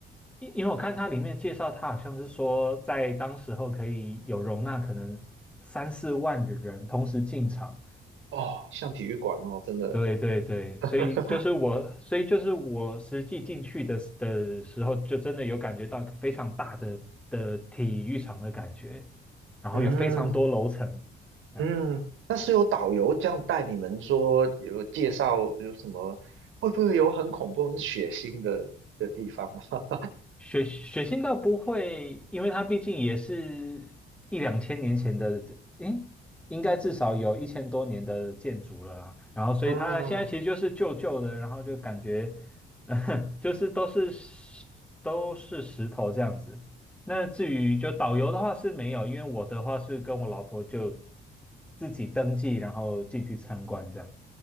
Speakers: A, in the centre; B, on the right.
A: 因因为我看它里面介绍，它好像是说在当时候可以有容纳可能三四万的人同时进场，
B: 哦，像体育馆哦，真的。
A: 对对对，
B: <laughs>
A: 所以就是我，所以就是我实际进去的时的时候，就真的有感觉到非常大的的体育场的感觉，然后有非常多楼层，
B: 嗯，
A: 这样。
B: 嗯，那是有导游这样带你们说，有介绍有什么，会不会有很恐怖、很血腥的的地方啊？
A: 血血腥倒不会，因为它毕竟也是一两千年前的，诶，应该至少有一千多年的建筑了啊。然后，所以它现在其实就是旧旧的，
B: <laughs> 嗯，
A: 然后就感觉，<laughs> 就是都是石都是石头这样子。那至于就导游的话是没有，因为我的话是跟我老婆就自己登记，然后进去参观这样。